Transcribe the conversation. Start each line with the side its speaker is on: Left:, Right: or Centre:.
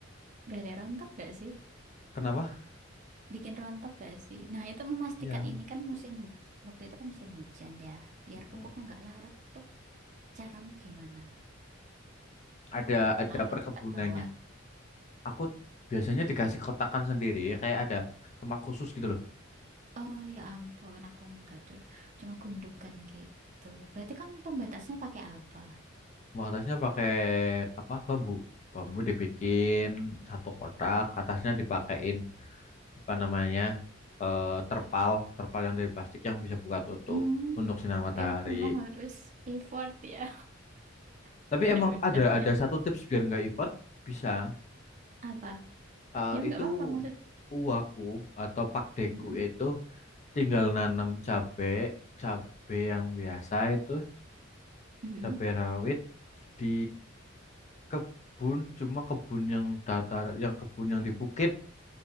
Right: gak ada rontok gak sih?
Left: kenapa
Right: Bikin rontok gak sih? Nah, itu memastikan
Left: ya
Right: ini kan musim hujan. Waktu itu kan musim hujan ya. Biar
Left: Mm.
Right: pupuknya nggak larut tuh. Caramu gimana?
Left: ada ada
Right: Larut
Left: perkebunannya
Right: terbawa.
Left: aku biasanya dikasih kotakan sendiri kayak ada tempat khusus gitu loh
Right: Oh ya ampun, aku enggak dulu. Cuma gundukan gitu. Berarti kamu pembatasnya pakai apa?
Left: Atasnya pakai apa bambu bambu dibikin satu kotak atasnya dipakein apa namanya eh, terpal terpal yang dari plastik yang bisa buka tutup
Right: Hmm,
Left: untuk sinar matahari
Right: eh memang harus effort ya. <laughs>
Left: tapi emang
Right: Ya udah.
Left: ada ada satu tips biar nggak ipert bisa
Right: Apa?
Left: eh,
Right: Ya nggak
Left: itu
Right: apa-apa maksud.
Left: uwaku atau pakdeku
Right: Mm-mm,
Left: itu tinggal nanam cabe cabe yang biasa itu
Right: mm-mm,
Left: cabe rawit di kebun cuma kebun yang datar yang kebun yang di bukit